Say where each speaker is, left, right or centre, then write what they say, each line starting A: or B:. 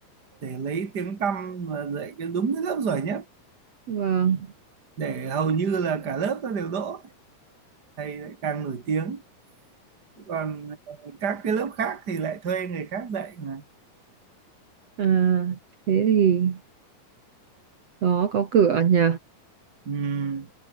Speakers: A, on the right; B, on the right.
A: để lấy tiếng tăm và dạy cái đúng cái lớp giỏi nhất
B: vâng
A: để hầu như là cả lớp nó đều đỗ thầy lại càng nổi tiếng còn các cái lớp khác thì lại thuê người khác dạy mà
B: à, thế thì đó có cửa nhỉ
A: Ừm,